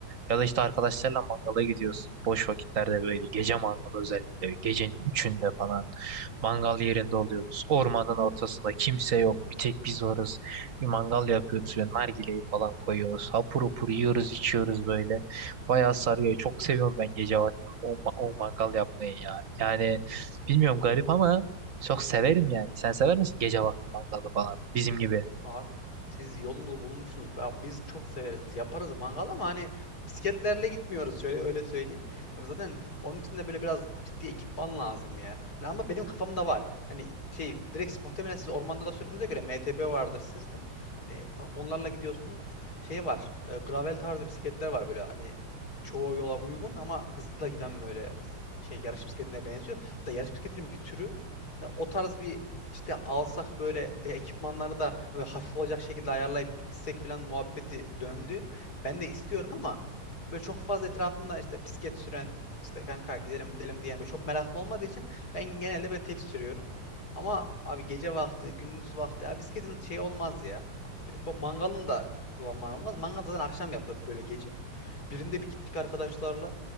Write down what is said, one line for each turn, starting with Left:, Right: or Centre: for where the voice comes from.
Right: Ya da işte arkadaşlarla mangala gidiyoruz. Boş vakitlerde böyle gece mangalı özellikle gecenin üçünde falan mangal yerinde oluyoruz. Ormanın ortasında kimse yok. Bir tek biz varız. Bir mangal yapıyoruz ve nargileyi falan koyuyoruz. Hapur hapur yiyoruz, içiyoruz böyle. Bayağı sarıyor. Çok seviyorum ben gece vakti o, ma- o mangal yapmayı ya. Yani bilmiyorum garip ama çok severim yani. Sen sever misin gece vakti mangalı falan? Bizim gibi.
Left: Abi siz yolunu bulmuşsunuz. Ba- Biz çok severiz. Biz yaparız mangal ama hani bisikletlerle gitmiyoruz şöyle öyle söyleyeyim. Yani zaten onun için de böyle biraz ciddi ekipman lazım ya. Hani ama benim kafamda var. Hani şey direkt muhtemelen siz ormanda da sürdüğünüze göre MTB vardır sizde. Hani e, onlarla gidiyorsunuzdur. Şey var. e, gravel tarzı bisikletler var böyle hani çoğu yola uygun ama hızlı da giden böyle şey yarış bisikletine benziyor. Hatta yarış bisikletinin bir türü. Yani o tarz bir işte alsak böyle e, ekipmanları da hani hafif olacak şekilde ayarlayıp bir gitsek falan muhabbeti döndü. Ben de istiyorum ama böyle çok fazla etrafımda işte bisiklet süren işte kanka gidelim gidelim diyen böyle çok meraklı olmadığı için ben genelde böyle tek sürüyorum. Ama abi gece vakti, gündüz vakti ya bisikletin şey olmaz ya. Bir de bu mangalın da zaman olmaz. Mangal zaten akşam yapılır böyle gece. Birinde bir gittik arkadaşlarla.